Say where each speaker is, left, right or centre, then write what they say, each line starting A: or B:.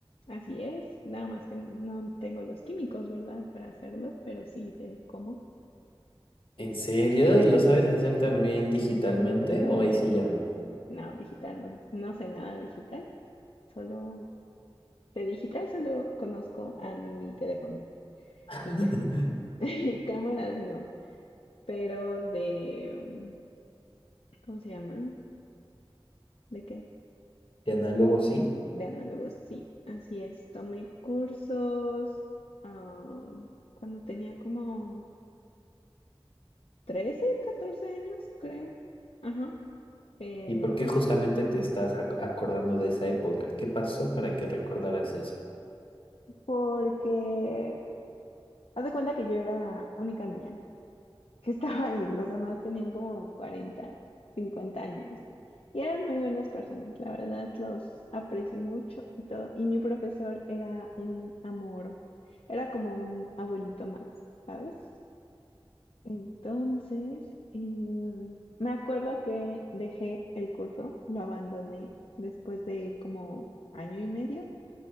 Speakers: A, on the left; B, on the left.
A: Así es, nada más que no tengo los químicos, ¿verdad? Para hacerlo, pero sí sé cómo.
B: ¿En serio? ¿Y lo sabes hacer también digitalmente? ¿O ahí sí ya no?
A: No, digital no, no sé nada digital, solo de digital solo conozco a mi teléfono
B: <laughs>
A: y ya. <laughs> Cámaras no, pero de, mm, ¿cómo se llama? ¿De qué?
B: ¿De análogo sí?
A: De análogos, sí, así es. Tomé cursos ah, cuando tenía como 13 14 años, creo. Ajá. en-
B: ¿Y por qué justamente te estás ac- acordando de esa época? ¿Qué pasó para que recordaras eso?
A: porque haz de cuenta que yo era la única niña. que estaba ahí. Los demás tenían como cuarenta cincuenta años. Y eran muy buenas personas, la verdad, los aprecio mucho y todo. Y mi profesor era un amor, era como un abuelito más, ¿sabes? Entonces, eh, me acuerdo que dejé el curso, lo abandoné después de como año y medio